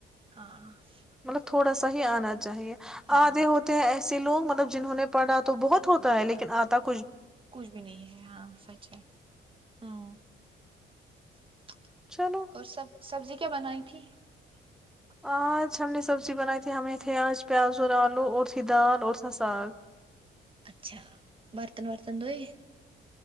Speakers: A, on the right (about 25°); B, in the centre.
A: ہاں <unintelligible>
B: مطلب تھوڑا سا ہی آنا چاہیے
A: ہاں
B: آتےے ہوتے ہیں ایسے لوگ مطلب جنہوں نے پڑھا تو بہت ہوتا ہے لیکن آتا کو
A: کچھ بھی نہیں ہے ہاں سچ ہے ہوں <unintelligible> <unintelligible>
B: چلو
A: اور سب سبزی کا کیا بنائی تھی <unintelligible>
B: آج ہم نے سبزی بنائی تھی ہمیں تھے آج پیاز اور آلو اور تھی دال اور تھا ساگ
A: اچھا برتن برتن دو ہی